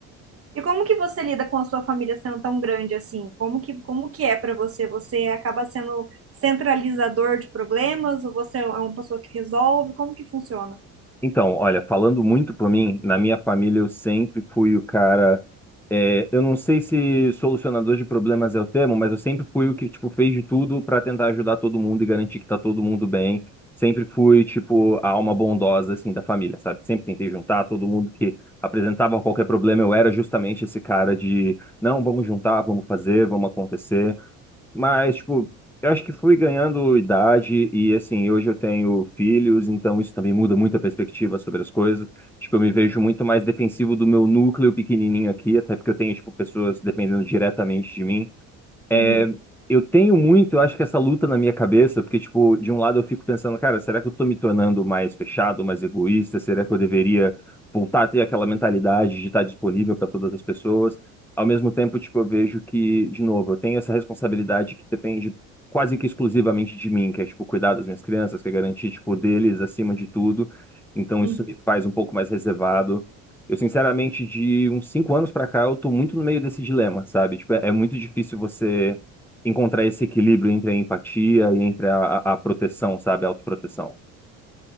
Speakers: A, on the right; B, in the centre.
A: E como que você lida com a sua família sendo tão grande assim? Como que, como que é pra você? Você acaba sendo centralizador de problemas ou você é um, é uma pessoa que resolve? Como que funciona?
B: Então, olha, falando muito por mim, na minha família eu sempre fui o cara. É, eu não sei se solucionador de problemas é o termo, mas eu sempre fui o que, tipo, fez de tudo para tentar ajudar todo mundo e garantir que tá todo mundo bem. Sempre fui, tipo, a alma bondosa, assim, da família, sabe? Sempre tentei juntar todo mundo que apresentava qualquer problema. Eu era justamente esse cara de, não, vamos juntar, vamos fazer, vamos acontecer. Mas, tipo, eu acho que fui ganhando idade e, assim, hoje eu tenho filhos, então isso também muda muito a perspectiva sobre as coisas. Tipo, eu me vejo muito mais defensivo do meu núcleo pequenininho aqui, até porque eu tenho, tipo, pessoas dependendo diretamente de mim.
A: Uhum,
B: É, Eu tenho muito, eu acho que essa luta na minha cabeça, porque, tipo, de um lado eu fico pensando, cara, será que eu tô me tornando mais fechado, mais egoísta? Será que eu deveria voltar a ter aquela mentalidade de estar disponível para todas as pessoas? Ao mesmo tempo, tipo, eu vejo que, de novo, eu tenho essa responsabilidade que depende quase que exclusivamente de mim, que é, tipo, cuidar das minhas crianças, que é garantir, tipo, deles acima de tudo. Então, isso
A: uhum.
B: me faz um pouco mais reservado. Eu, sinceramente, de uns cinco anos pra cá, eu tô muito no meio desse dilema, sabe? Tipo, é, é muito difícil você encontrar esse equilíbrio entre a empatia e entre a, a, a proteção, sabe? A autoproteção.